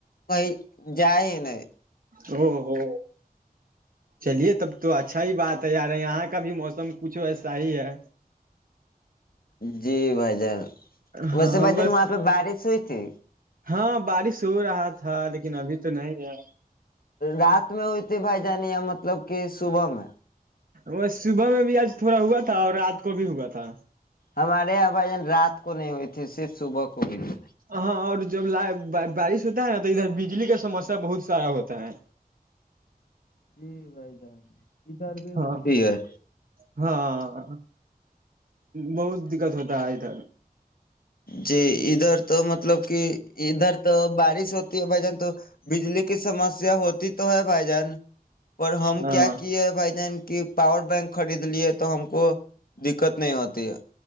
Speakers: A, on the left; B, on the right.
A: کوئی <unintelligible>
B: او ہو چلیے تب تو اچھا ہی بات ہے یار یہاں کا بھی موسم کچھ ویسا ہی ہے
A: جی بھائی جان
B: ہاں
A: ویسے بھائی جان
B: بس
A: وہاں پہ بارش ہوئی <unintelligible>
B: ہاں بارش ہو رہا تھا تھا لیکن ابھی تو نہیں ہے
A: رات میں ہوئی تھی بھائی جانی ہے مطلب کہ صبح میں
B: وہ صبح میں بھی آج تھوڑا ہوا تھا اور رات کو بھی ہوا تھا
A: ہمارے یہاں بھجن رات کو نہیں ہوئے تھے صرف صبح کو ہوئی تھی
B: ہ ہاں اور جب ل بارش ہوتا ہے نا تو ادھر بجلی کا سمسیا بہت سارا ہوتا ہے
A: جی بھائی جان ادھر بھی
B: ہاں
A: ہوتی ہے
B: ہاں بہت دقت ہوتا ہے ادھر
A: جی ادھر تو مطلب کہ ادھر تو بارش ہوتی ہے بھائی جان تو بجلی کی سمس ہوتی تو ہے بھائی جان پر ہم
B: ہاں
A: کیا کیے بھائی جان کہ پاور بینک خرید لی ہے تو ہم کو دقت نہیں ہوتی ہے